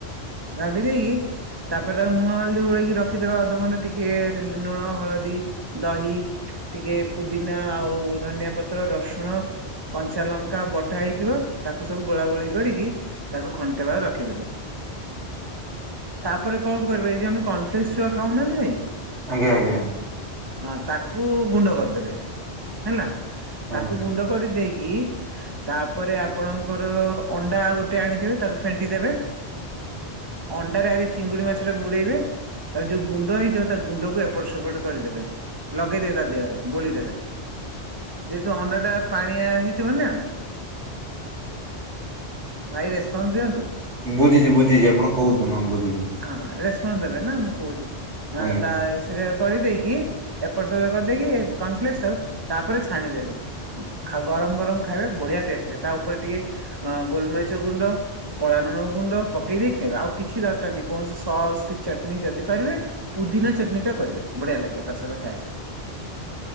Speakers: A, on the right; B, on the right.
A: ଦାବି ଦେଇକି ତାପରେ ତାକୁ ଲୁଣ ହଳଦୀ ଗୋଳେଇକି ର ରଖିଦେବେ ଅଧ ଘଣ୍ଟେ ଟିକେ ଲୁଣ, ହଳଦୀ, ଦହି ଟିକେ ପୁଦିନା ଆଉ ଧନିଆପତ୍ର, ରସୁଣ କଞ୍ଚା ଲଙ୍କା ବଟା ହେଇଥିବ ତାକୁ ସବୁ ଗୋଳାଗୋଳି କରିକି ତାକୁ ଘଣ୍ଟା ଭଳିଆ ରଖିଦେବେ। ତାପରେ କଣ କରିବେ ଏଇ ଯୋଉ ଆମର କର୍ଣଫ୍ଲେକ୍ସ ଛୁଆ ଖାଉନାହାନ୍ତି ଭାଇ
B: ଆଜ୍ଞା ଆଜ୍ଞା।
A: ହଁ ତାକୁ ଗୁଣ୍ଡ କରିଦେବେ ହେଲା
B: ଆଜ୍ଞା
A: ତାକୁ ଗୁଣ୍ଡ କରି ଦେଇକି ତାପରେ ଆପଣଙ୍କର ଅଣ୍ଡା ଗୋଟେ ଆଣିଥିବେ ତାକୁ ଫେଣ୍ଟି ଦେବେ। ଅଣ୍ଡାରେ ଆଗେ ଚିଙ୍ଗୁଡି ମାଛଟା ବୁଡେଇବେ ତାର ଯୋଉ ଗୁଣ୍ଡ ହେଇଥିବ ତା ଗୁଣ୍ଡକୁ ଏପଟ ସେପଟ କରିଦେବେ। ଲଗେଇ ଦେବେ ତା ଦେହରେ ବୋଳିଦେବେ। ଯେହେତୁ ଅଣ୍ଡାଟା ପାଣିଆ ହେଇଥିବ ନା ଭାଇ ରେସପନ୍ସ ଦିଅନ୍ତୁ।
B: ବୁଝିଚି ବୁଝିଚି ଆପଣ କୋହୁତୁ ନ ବୁଝିଚି।
A: ହଁ ରେସପନ୍ସ ଦେବେ ନା ମୁଁ କହୁଛି
B: ଆଜ୍ଞା
A: ତା ସେଟା କରିଦେଇକି ଏପଟ ସେ କରିଦେଇକି କନଫ୍ଲେକସ କୁ ତାପରେ ଛାଣିଦେବେ। ଗରମ ଗରମ ଖାଇବେ ବଢିଆ ଟେଷ୍ଟ ଲାଗିବ ତା ଉପରେ ଟିକେ ଅ ଗୋଲମରିଚ ଗୁଣ୍ଡ କଳା ଲୁଣ ଗୁଣ୍ଡ ପକେଇ ଦେଇେ ଖାଇବା ଆଉ କିଛି ଦରକାର ନାହିଁ କୌଣସି ସସ୍ କି ଚଟନୀ ଯଦି ପାରିବେ ପୁଦିନା ଚଟଣି ଟା କରିବେ ବଢିଆ ଲାଗିବେ ତା ସହିତ ଖାଇବା ପାଇଁ।